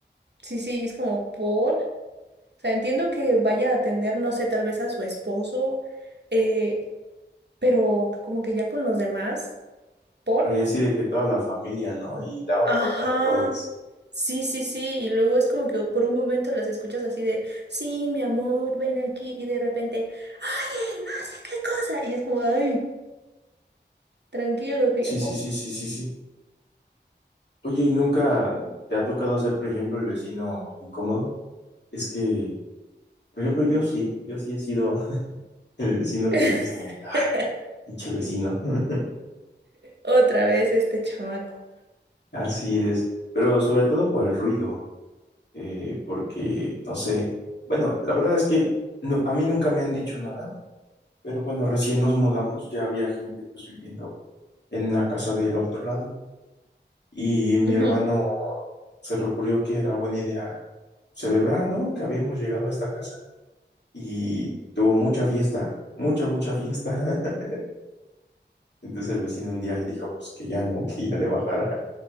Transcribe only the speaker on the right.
sí, sí, es como por... O sea, entiendo que vaya a atender, no sé, tal vez a su esposo, eh, pero como que ya con los demás, ¿por?
Ajá.
Sí, sí, sí. Y luego es como que por un momento las escuchas así de, sí, mi amor, ven aquí. Y de repente, oye, no sé qué cosa. Y es como, ay, tranquilo, viejo.
<laughs>
Otra vez este chamaco.
Ujú.